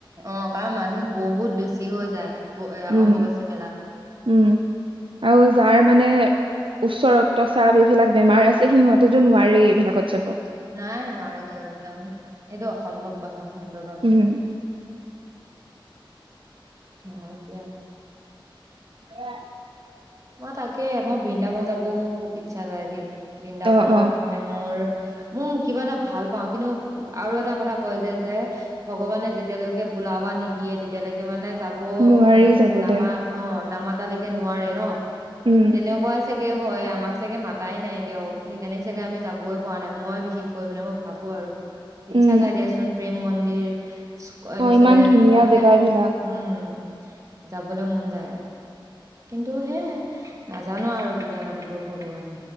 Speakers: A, on the right (about 40°); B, on the right (about 80°).
A: অ কাৰণ মানুহ বহুত বেছি হৈ যায় ব- এ
B: উম
A: অম্বুবাচী মেলাত।
B: উম আৰু যাৰ মানে উচ্চ ৰক্তচাপ এইবিলাক বেমাৰ আছে সিহঁতেতো নোৱাৰাৰে এইবিলাকত যাব
A: নাই নোৱাৰে তেওঁলোকে এইটো অসম্ভৱ কথা ক সিহতৰ বাবে
B: উম
A: অ এতিয়া
B: হ
A: মই তাকে মই বৃন্দাবন যাবও মোৰ খুব ইচ্ছা যায় দেই বৃন্দাবনত
B: অ অ
A: মানে মোৰ মোৰ কিবা এটা ভাল পাও কিন্তু আৰু এটা কথা কয় যে যে ভগৱানে যেতিয়ালৈকে বোলাবা নিদিয়ে তেতিয়ালৈকে মানে যাব
B: নোৱাৰি
A: মানে
B: যাবলে
A: নামা অ নামা এ তালৈকে নোৱাৰে ন
B: উম
A: তেনেকুৱা চাগে হয় আমাক চাগে মাতাই নাই এতিয়াও সেইকাৰণে চাগে আমি যাবই পৰা নাই মই বিশেষকৈ মানে মোৰ ভাবো আৰু ইচ্ছা
B: উম
A: যাই দিয়াচোন প্ৰেম মন্দিৰ তাৰিছতে
B: অ ইমান ধুনীয়া
A: মানে
B: জেগা এইবিলাক
A: উম যাবলৈ মন যায় কিন্তু সেয়াই নাজানো আৰু কেতিয়া মাতিব ভগৱানে